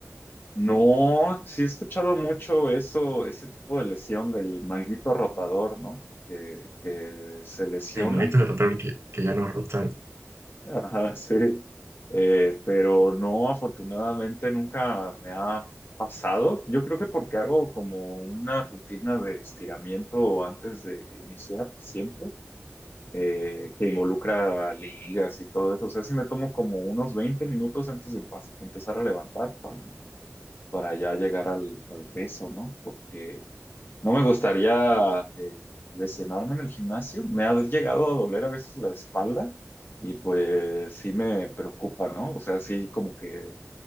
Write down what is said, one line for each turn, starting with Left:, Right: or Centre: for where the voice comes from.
Left: No, sí he escuchado mucho eso, ese tipo de lesión del manguito rotador, ¿no? Que, que se lesiona.
Right: Me imagino de rotar que, que ya no rotan.
Left: Ajá, sí. Eh, pero no, afortunadamente nunca me ha pasado. Yo creo que porque hago como una rutina de estiramiento antes de iniciar siempre, eh, que involucra ligas y todo eso. O sea, si me tomo como unos 20 minutos antes de empa- empezar a levantar para para ya llegar al, al peso, ¿no? Porque no me gustaría eh, lesionarme en el gimnasio. Me ha llegado a doler a veces la espalda y pues sí me preocupa, ¿no? O sea, sí como que,